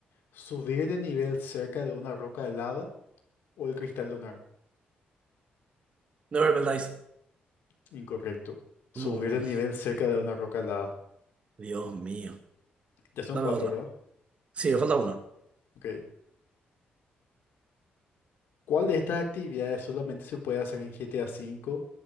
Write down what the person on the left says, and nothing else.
subir de nivel cerca de una roca helada o el cristal lunar.
Incorrecto. Subir
de nivel cerca de una roca helada.
Ya son
cuatro,
¿verdad?
Ok. ¿Cuál de estas actividades solamente se puede hacer en GTA V